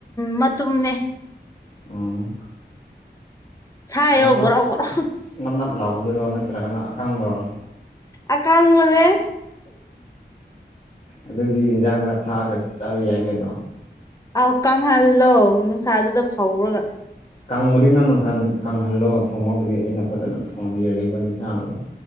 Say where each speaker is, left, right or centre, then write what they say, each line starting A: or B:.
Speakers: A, on the left; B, on the left.
A: ꯃꯇꯨꯝꯅꯦ
B: ꯑꯣ
A: ꯁꯥꯏꯌꯣ
B: ꯅꯝꯅꯞ
A: ꯒꯣꯔꯥꯎ ꯒꯣꯔꯥꯎ
B: ꯅꯝꯅꯞ ꯂꯥꯎꯕꯗꯨꯔꯣ ꯅ ꯅꯠꯇꯔꯥꯒꯅ ꯑꯀꯥꯡꯕꯔꯣ
A: ꯑꯀꯥꯡꯕꯅꯦ
B: ꯑꯗꯨꯗꯤ ꯏꯟꯁꯥꯡꯗ ꯊꯥꯛꯑꯒ ꯆꯥꯕ ꯌꯥꯏ ꯀꯩꯅꯣ
A: ꯑꯥꯎ ꯀꯪꯍꯜꯂꯣ ꯅꯨꯡꯁꯥꯗꯨꯗ ꯐꯧꯔꯒ
B: ꯀꯪꯕꯗꯤ ꯅꯪꯅ ꯀꯪꯍꯜꯂꯣ ꯊꯣꯡꯉꯕꯨꯗꯤ ꯑꯩꯅ ꯐꯖꯅ ꯊꯣꯡꯝꯕꯤꯔꯀꯦ ꯏꯕꯅꯤ ꯆꯥꯅꯕ